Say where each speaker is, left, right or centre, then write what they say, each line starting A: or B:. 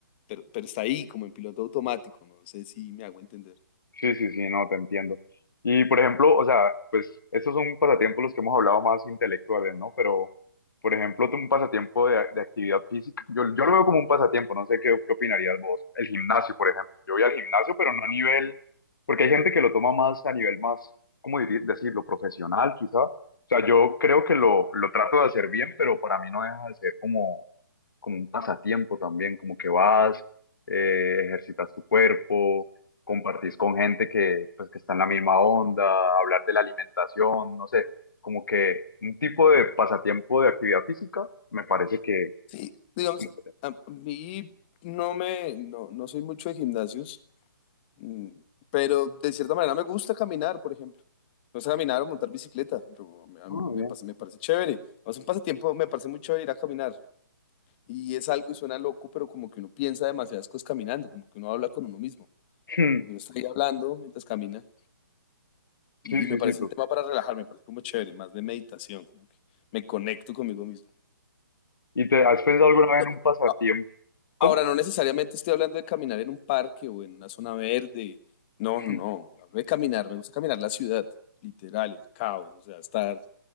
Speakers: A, on the left (about 30°); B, on the left (about 70°).
A: pero, pero está ahí como en piloto automático, no sé si me hago entender.
B: Sí, sí, sí, no, te entiendo. Y por ejemplo, o sea, pues estos son pasatiempos los que hemos hablado más intelectuales, ¿no? Pero, por ejemplo, tú un pasatiempo de, de actividad física, yo, yo lo veo como un pasatiempo, no sé qué, qué opinarías vos. El gimnasio, por ejemplo. Yo voy al gimnasio, pero no a nivel, porque hay gente que lo toma más a nivel más, ¿cómo diri- decirlo? Profesional, quizá. O sea, yo creo que lo, lo trato de hacer bien, pero para mí no deja de ser como como un pasatiempo también, como que vas, eh, ejercitas tu cuerpo, compartís con gente que, pues, que está en la misma onda, hablar de la alimentación, no sé, como que un tipo de pasatiempo de actividad física, me parece que...
A: Sí, digamos,
B: como que-
A: a mí no me, no, no soy mucho de gimnasios, mm, pero de cierta manera me gusta caminar, por ejemplo. Me gusta caminar o montar bicicleta, yo, a
B: Ah,
A: mí me,
B: bien.
A: pas- me parece chévere. O sea, un pasatiempo me parece muy chévere ir a caminar y es algo y suena loco, pero como que uno piensa demasiadas cosas caminando, como que uno habla con uno mismo,
B: <laughs>
A: como que uno está ahí hablando mientras camina y,
B: Sí,
A: y
B: sí,
A: me parece
B: sí, tú.
A: un tema para relajarme, me parece como chévere, más de meditación, como que me conecto conmigo mismo.
B: ¿Y te has pensado alguna vez
A: No,
B: en un pasatiempo?
A: a-
B: ¿Cómo?
A: ahora, no necesariamente estoy hablando de caminar en un parque o en una zona verde, no,
B: <laughs>
A: no, no, yo hablo de caminar, me gusta caminar la ciudad, literal, el caos, o sea, estar